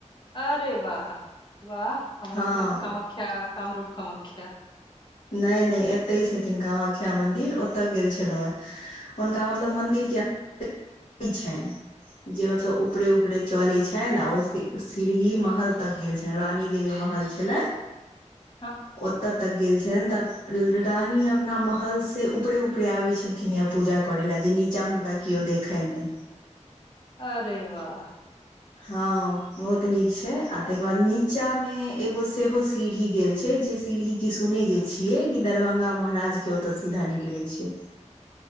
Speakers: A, on the left; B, on the left.
A: अरे बाह, बाह हमरा
B: हँ
A: भेल कमख्या कामरू कमख्या।
B: नै नै एतै छत थीन कामाख्या मंदिर ओतऽ गेल छलौं आइ हुनका मतलब मंदिल जैऽ इ छैइन? जे मतलब ऊपरे ऊपरे चलै छैन, ओ सी-सीड़ही महल तक गेल छै रानी के जे महल छलै
A: <inaudible>
B: ओतऽ त गेल छैन तब रानी अपना महल से ऊपरे ऊपरे आबै छलखिन यैऽ पूजा करै लैऽ जे नी चा हुनका कियो देखैन नै।
A: अरे बाह।
B: हाँ बहुत निक छै आ तैके बाद निचा में एगो सेहो सीड़्ही गेल छै, जे सीड़्ही कि सुनै जे छियै कि दरभंगा महाराज के ओतऽ सीधा निकलै छै।